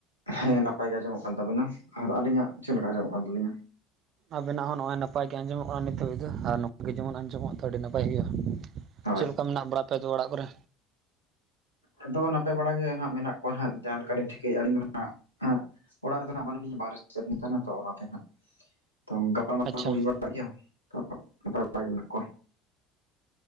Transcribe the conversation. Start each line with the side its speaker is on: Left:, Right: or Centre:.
Left: ᱦᱮᱸ ᱱᱟᱯᱟᱭ ᱜᱮ ᱟᱸᱡᱚᱢᱚᱜ ᱠᱟᱱ ᱛᱟᱵᱤᱱᱟ, ᱟᱨ ᱟᱹᱞᱤᱧᱟᱜ ᱪᱮᱞᱮᱠᱟ ᱟᱸᱡᱚᱢᱚᱜ ᱠᱟᱱ ᱛᱟᱹᱞᱤᱧᱟ?
Right: ᱟᱵᱮᱱᱟᱜ ᱦᱚᱸ ᱱᱚᱜᱼᱚᱭ ᱱᱟᱯ ᱜᱮ ᱟᱸᱡᱚᱢᱚᱜᱼᱟ ᱱᱤᱛᱜ ᱫᱚ, ᱟᱨ ᱱᱚᱝᱠᱟ ᱜᱮ ᱡᱮᱢᱚᱱ ᱟᱸᱡᱚᱢᱚᱜᱼᱟ ᱛᱷᱚ ᱟᱹᱰᱤ ᱱᱟᱯᱟᱭ ᱜᱮᱭᱟ᱾
Left: ᱦᱳᱭ
Right: ᱪᱮᱫ ᱞᱮᱠᱟ ᱢᱮᱱᱟᱜ ᱵᱟᱲᱟ ᱯᱮ ᱫᱚ ᱚᱲᱟᱜ ᱠᱚᱨᱮ?
Left: ᱟᱫᱚ ᱱᱟᱯᱟᱭ ᱵᱟᱲᱟ ᱜᱮ ᱦᱟᱸᱜ ᱢᱮᱱᱟᱜ ᱠᱚᱣᱟ ᱦᱟᱸᱜ ᱡᱟᱦᱟᱸ ᱞᱮᱠᱟ ᱞᱤᱧ ᱴᱷᱤᱠᱟᱹᱭᱮᱼᱟᱹᱞᱤᱧ ᱦ ᱦᱟᱸᱜ, ᱚᱲᱟᱜ ᱨᱮᱫᱚ ᱱᱟᱦᱚᱜ ᱵᱟᱹᱱᱩᱜ ᱞᱤᱧᱟ ᱵᱟᱨᱮ ᱥᱮᱫ ᱱᱤᱛᱮᱱᱟᱛᱚ ᱚᱱᱟᱛᱮ ᱱᱟᱦᱟᱜ ᱛᱚ ᱜᱟᱯ
Right: ᱟᱪᱪᱷᱟ
Left: ᱠᱚ ᱦᱩᱭ ᱵᱟᱲᱟᱜ <unintelligible> ᱜᱮᱭᱟ ᱛᱚ ᱛᱟᱞᱞᱟ ᱜᱮ ᱢᱮᱱᱟᱜ ᱠᱚᱣᱟ